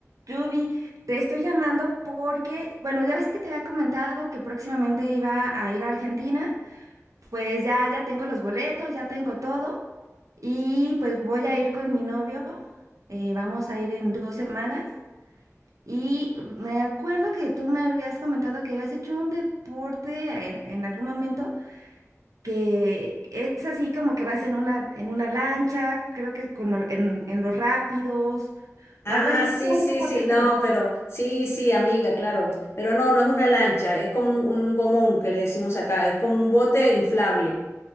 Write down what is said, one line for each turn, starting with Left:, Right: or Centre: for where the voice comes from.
Right: Yubi, te estoy llamando porque, bueno, ya ves que te había comentado que próximamente iba a ir a Argentina, pues ya, ya tengo los boletos, ya tengo todo y pues voy a ir con mi novio, eh, vamos a ir en dos semanas y me acuerdo que tú me habías comentado que habías hecho un deporte en, en algún momento que es así como que vas en una, en una lancha, creo que con, lo- en, en los rápidos
Left: Ah,
Right: o algo así, es
Left: sí,
Right: como
Left: sí,
Right: un deporte
Left: sí,
Right: extremo.
Left: no, pero sí, sí, amiga, claro, pero no, no es una lancha, es como un, un gomón que le decimos acá, es como un bote inflable,